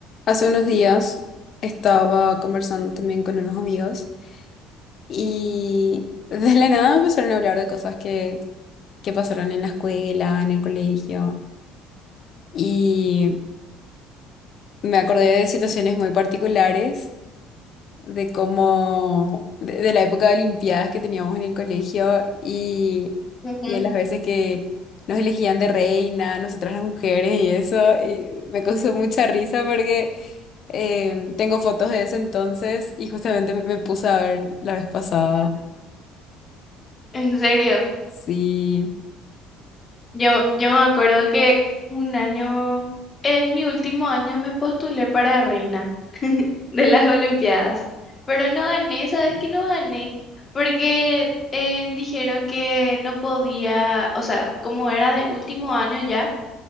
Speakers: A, on the left; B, on the left.
A: Hace unos días estaba conversando también con unos amigos y de la nada empezaron a hablar de cosas que, que pasaron en la escuela, en el colegio y me acordé de situaciones muy particulares, de cómo, de, de la época de Olimpiadas que teníamos en el colegio y,
B: Ujú.
A: y de las veces que nos elegían de reina, nosotras las mujeres y eso, y me causó mucha risa porque... Eh, tengo fotos de ese entonces y justamente me, me puse a ver la vez pasada.
B: En serio,
A: Sí.
B: yo, yo me acuerdo que un año, en mi último año me postulé para reina <laughs> de las Olimpiadas, pero no gané, ¿sabes qué? No gané porque eh, dijeron que no podía, o sea, como era de último año ya